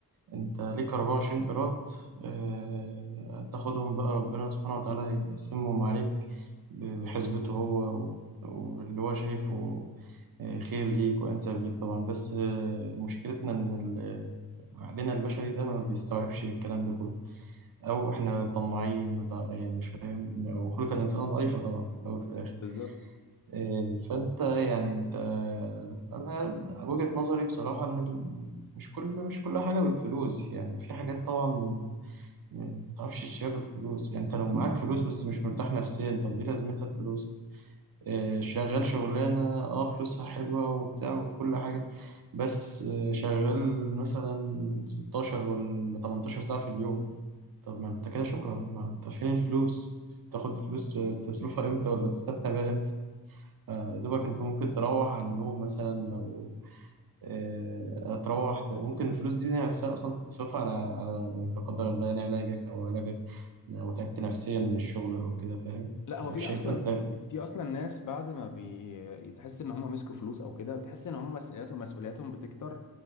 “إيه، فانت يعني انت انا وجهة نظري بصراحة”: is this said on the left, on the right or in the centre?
Right